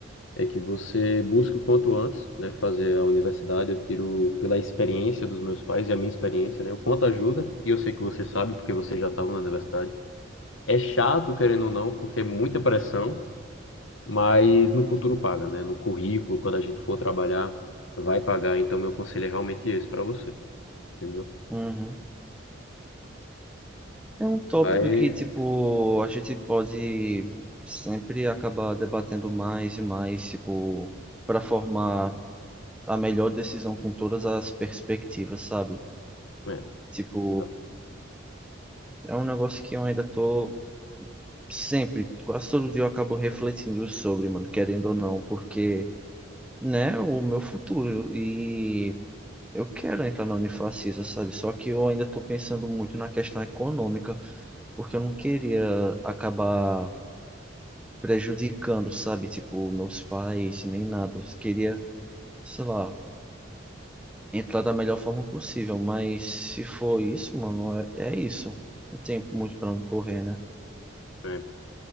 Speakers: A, on the left; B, in the centre.
A: é que você busque o quanto antes, né? Fazer a universidade. Eu tiro pela experiência dos meus pais e a minha experiência, né? O quanto ajuda, e eu sei que você sabe, porque você já estava na universidade. É chato, querendo ou não, porque é muita pressão. mas no futuro paga, né? No currículo, quando a gente for trabalhar, vai pagar. Então, meu conselho é realmente esse para você, entendeu?
B: Uhum. É um tópico
A: Mas,
B: que, tipo, a gente pode sempre acabar debatendo mais e mais, tipo, para formar a melhor decisão com todas as perspectivas, sabe?
A: é,
B: Tipo,
A: exato,
B: é um negócio que eu ainda tô sempre, quase todo dia eu acabo refletindo sobre, mano, querendo ou não, porque, né, o meu futuro e eu quero entrar na Unifacisa, sabe? Só que eu ainda tô pensando muito na questão econômica, porque eu não queria acabar prejudicando, sabe? Tipo, meus pais, nem nada. Eu queria, sei lá, entrar da melhor forma possível, mas se for isso, mano, é, é isso. Não tem muito pra onde correr, né?
A: é.